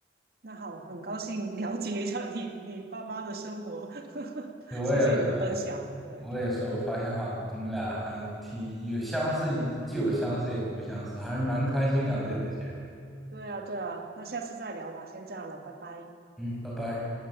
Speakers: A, on the right; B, in the centre.
A: 那好，很高兴了解一下你 <laughs> 你爸妈的生活，<laughs>
B: 对，我也是，
A: 谢谢你的分享。对，
B: 我也是，我发现好像我们俩还挺有相似，既有相似也不相似，还是蛮开心了解这些的。
A: 对啊，对啊，那下次再聊吧，先这样了，拜拜。
B: 嗯，拜拜。